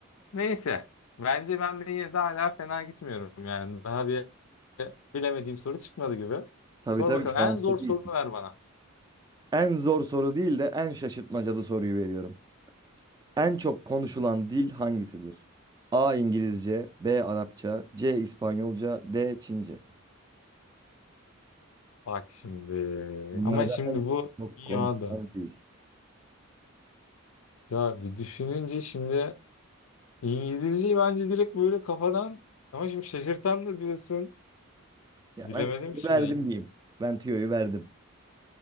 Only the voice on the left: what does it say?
Neyse. Bence ben de yine de hala fena gitmiyorum yani. Daha bir bilemediğim soru çıkmadı gibi.
Sor
bakalım.
En
zor
sorunu
ver bana.
Bak şimdi.
Ama şimdi
bu
dünyada.
Ya bir düşününce şimdi İngilizceyi bence direkt böyle kafadan ama şimdi şaşırtan da diyorsun.
Bilemedim
ki şimdi.